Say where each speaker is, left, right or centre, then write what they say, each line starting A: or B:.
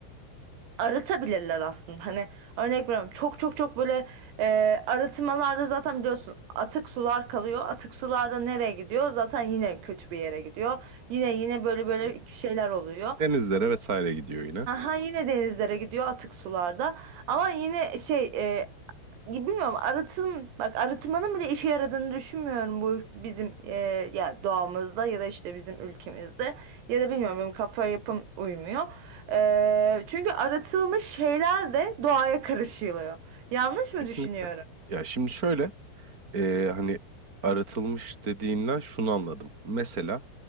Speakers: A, on the right; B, on the right.
A: aratabilirler aslında. Hani örnek veriyorum çok çok çok böyle e, arıtmalarda zaten biliyorsun atık sular kalıyor. Atık sularda nereye gidiyor? Zaten yine kötü bir yere gidiyor. Yine yine böyle
B: Hı
A: böyle
B: hı.
A: şeyler oluyor.
B: Denizlere vesaire gidiyor yine.
A: Aha yine denizlere gidiyor atık sularda. Ama yine şey e, bilmiyorum arıtım bak arıtmanın bile işe yaradığını düşünmüyorum bu bizim e, ya doğamızda ya da işte bizim ülkemizde ya da bilmiyorum benim kafa yapım uymuyor. E, çünkü arıtılmış şeyler de doğaya karışılıyor. Yanlış mı
B: Kesinlikle.
A: düşünüyorum?
B: Ya şimdi şöyle e, hani aratılmış dediğinden şunu anladım. Mesela